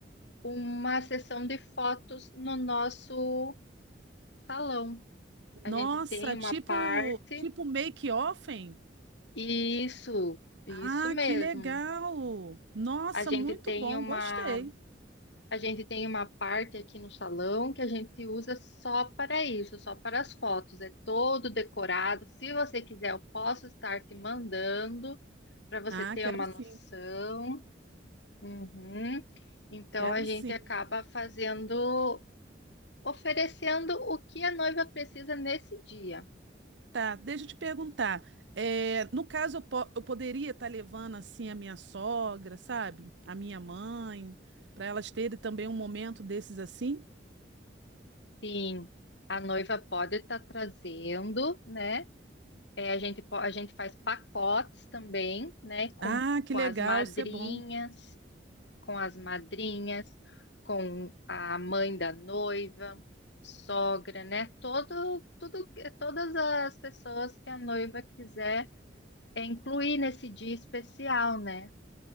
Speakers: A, on the left (about 70°); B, on the right (about 70°).
A: uma sessão de fotos no nosso salão. A
B: Nossa,
A: gente tem uma
B: tipo,
A: parte,
B: tipo make-offen?
A: e isso, isso
B: Ah,
A: mesmo.
B: que legal. Nossa,
A: A gente
B: muito
A: tem
B: bom,
A: uma,
B: gostei.
A: a gente tem uma parte aqui no salão que a gente usa só para isso, só para as fotos. É todo decorado. Se você quiser, eu posso estar te mandando para você
B: Ah,
A: ter
B: quero
A: uma
B: sim,
A: noção. Uhum. Então
B: quero
A: a gente
B: sim.
A: acaba fazendo, oferecendo o que a noiva precisa nesse dia.
B: Tá, deixa eu te perguntar. É, no caso, eu, po- eu poderia estar levando assim a minha sogra, sabe? A minha mãe, para elas terem também um momento desses assim?
A: Sim, a noiva pode estar trazendo, né? É, a gente, po- a gente faz pacotes também, né? Com,
B: Ah, que
A: com
B: legal,
A: as madrinhas,
B: isso é bom.
A: com as madrinhas, com a mãe da noiva, sogra, né? Todo, tudo, é, todas as pessoas que a noiva quiser é, incluir nesse dia especial, né?